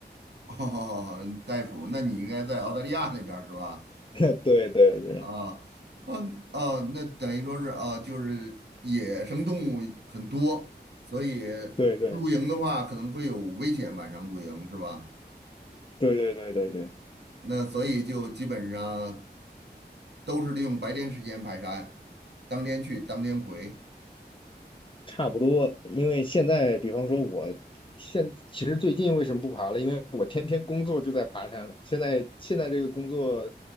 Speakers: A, on the right (about 75°); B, on the left (about 30°).
A: <laughs> 哦，嗯袋鼠，那你应该在澳大利亚那边儿是吧？
B: <laughs> 对对对
A: 啊，嗯哦，那等于说是啊，就是野生动物很多，所以
B: 对对对
A: 露营的话可能会有危险，晚上露营是吧？
B: 对对对对对。
A: 那所以就基本上都是利用白天时间排山，当天去当天回。
B: 差不多，因为现在，比方说我现其实最近为什么不爬了？因为我天天工作就在爬山了。现在现在这个工作